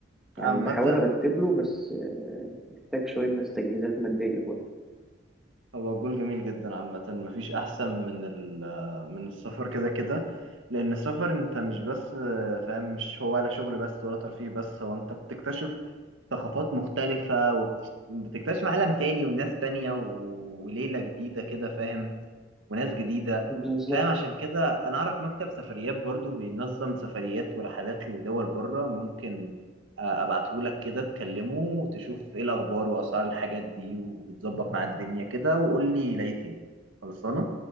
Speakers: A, in the centre; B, on the right.
A: يعني
B: عامه
A: بحاول ارتب له بس آه، محتاج شويه بس تجهيزات ماديه برضو
B: هو الجول جميل جدا عامة مفيش أحسن من ال من السفر كده كده لأن السفر أنت مش بس آه، فاهم مش هو ولا شغل بس ولا ترفيه بس هو أنت بتكتشف ثقافات مختلفة وبتكتشف عالم تاني وناس تانية و- وليلة جديدة كده فاهم وناس جديدة
A: بالظبط
B: فاهم عشان كده أنا أعرف مكتب سفريات برضو بينظم سفريات ورحلات لدول بره ممكن آه، أبعتهولك كده تكلمه وتشوف إيه الأخبار وأسعار الحاجات دي وتظبط مع الدنيا كده وقول لي لقيت إيه خلصانة؟